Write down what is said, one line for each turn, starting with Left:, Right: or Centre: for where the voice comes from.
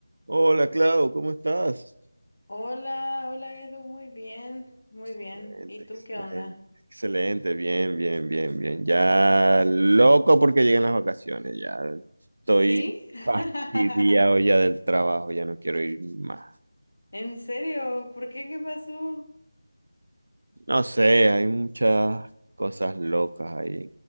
Right: Hola, Clau, ¿cómo estás?
Left: Hola, hola Edu, muy bien, muy bien.
Right: Excelente,
Left: ¿Y
Right: excelente,
Left: tú qué onda?
Right: excelente, bien, bien, bien, bien. Ya loco porque llegan las vacaciones, ya estoy
Left: ¿Sí? <laughs>
Right: fastidiado ya del trabajo, ya no quiero ir más.
Left: ¿En serio? ¿Por qué? ¿Qué pasó?
Right: No sé, hay muchas cosas locas ahí